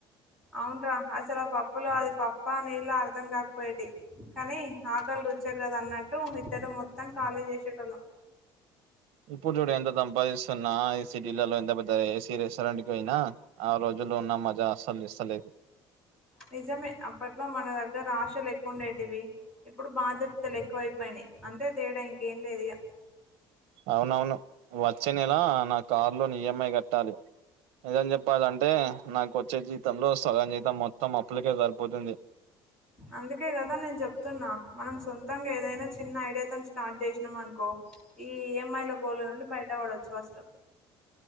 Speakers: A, in the centre; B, on the right.
A: అవున్రా అసలు ఆ పప్పులో అది పప్ప నీళ్లా అర్ధం కాకపోయేటి కానీ ఆకలి తో చ్చారుకదా అన్నట్టు ఇద్దరు మొత్తం ఖాళీ చేసేటోల్లం
B: ఇప్పుడు చూడు ఎంత సంంపాదిస్తున్నా ఈ సిటీలలో ఎంత పెద్ద ఏసీ రెస్టారెంట్కి పోయినా ఆ రోజుల్లో ఉన్న మజా అసలు ఇస్తలేదు
A: నిజమే అప్పట్లో మన దగ్గర ఆశలు ఎక్కువుండేటివి ఇప్పుడు బాధ్యతలు ఎక్కువైపోయినాయి అంతే తేడా ఇంకేం లేదు ఇగ
B: అవునవును వచ్చే నెలా నా కారు లోన్ ఈఎంఐ కట్టాలి నిజం చెప్పాలంటే నాకు వచ్చే జీవితంలో సగం జీతం మొత్తం అప్పులకే సరిపోతుంది
A: అందుకే కదా నేను చెప్తున్నా మనం సొంతంగా ఏదైనా చిన్న ఐడియాతోని స్టార్ట్ చేసినాం అనుకో ఈ ఈఎంఐల గోళ నుండి బయట పడొచ్చు ఫస్ట్